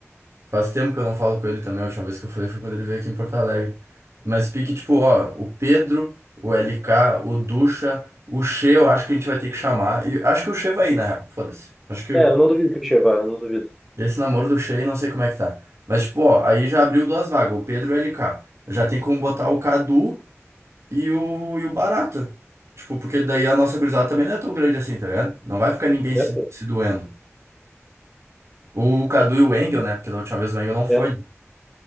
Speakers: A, on the right; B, in the centre.
A: Faz tempo que eu não falo com ele também. A última vez que eu falei foi quando ele veio aqui em Porto Alegre. Mas pique, tipo, ó, o Pedro, o LK, o Ducha, o Che, eu acho que a gente vai ter que chamar. E acho que o Che vai ir, na real. Foda-se. Acho que
B: É, eu não duvido que o Che vá, eu não duvido.
A: esse namoro do Che, não sei como é que tá. Mas, tipo, ó, aí já abriu duas vagas, o Pedro e o LK. Já tem como botar o Cadu e o, e o Barata. Tipo, porque daí a nossa gurizada também não é tão grande assim, tá ligado? Não vai ficar ninguém
B: É,
A: se,
B: pô,
A: se doendo. O Cadu e o Engel, né? Porque da última vez o Engel não foi.
B: é.
A: né?